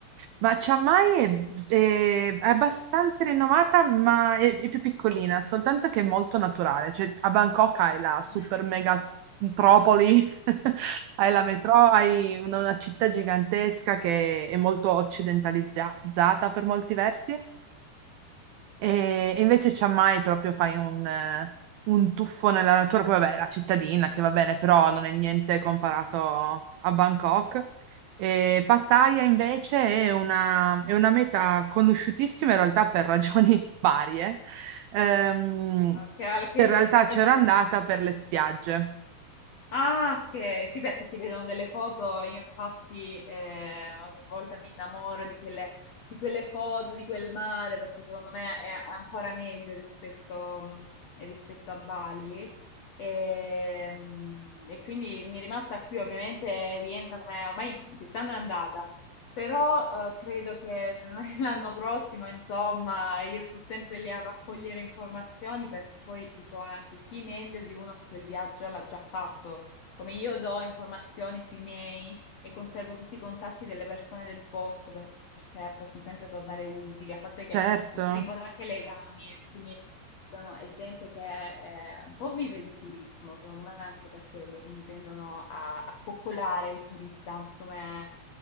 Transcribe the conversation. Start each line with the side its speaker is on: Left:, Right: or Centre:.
Right: Ma Chiang Mai è, è- è abbastanza rinomata, ma è, è più piccolina, soltanto che è molto naturale. Cioè, a Bangkok hai la super
Left: Mh.
Right: mega metropoli, <laughs> hai la metro, hai una, una città gigantesca che è molto occidentalizzata per molti versi, e, e invece Chiang Mai proprio fai un, eh, un tuffo nella natura, poi vabbè, la cittadina che va bene, però non è niente
Left: Mh.
Right: comparato
Left: <laughs>
Right: a Bangkok. E Pattaya invece è una, è una meta conosciutissima in realtà per ragioni <laughs> varie. Ehm,
Left: Okay, alla che
Right: in realtà
Left: forse ho capi
Right: c'ero andata per le spiagge,
Left: Ah, ok, sì, perché si vedono delle foto, io infatti eh, ogni volta mi innamoro di quelle, di quelle foto, di quel mare, perché secondo me è ancora meglio rispetto, mh, rispetto a Bali. E, mh, e quindi mi è rimasta qui, ovviamente rientra come ormai quest'anno è andata, però eh, credo che se non è <laughs> l'anno prossimo, insomma, io sto sempre lì a raccogliere informazioni perché poi dico anche chi meglio di uno che quel viaggio l'ha già fatto. Come io do informazioni sui miei e conservo tutti i contatti delle persone del posto per- perché possono sempre tornare utili, a parte che
Right: certo,
Left: si stringono anche legami, quindi sono, è gente che eh, un po' vive di turismo, secondo me anche per quello, quindi tendono a, a coccolare il turista come